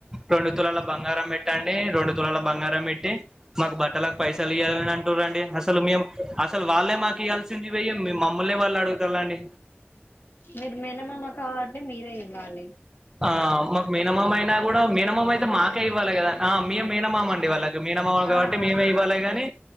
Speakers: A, on the right; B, on the left.
A: రెండు తులల బంగారం పెట్టి అండి రెండు తురాల బంగారం పెట్టి మాకు బట్టలకు పైసలు ఇవ్వాలని అంటున్నారండి అసలు మేము అసలు వాళ్ళే మాకు ఇవ్యాల్సింది పొయ్యి మమ్మల్నె వాళ్ళు అడుగుతాల్ల అండి
B: మీకు మేనమామ కాబట్టి మీరే ఇవ్వాలి
A: ఆ మాకు మినిమం అయినా కూడా మిమం అయితే మాకే ఇవ్వాలి కదా ఆ మ మినమాం అండి వాళ్ళకి మీన అమ్మవి కాబట్టి
B: ఆ అదే
A: మేమే ఇవ్వాలి కానీ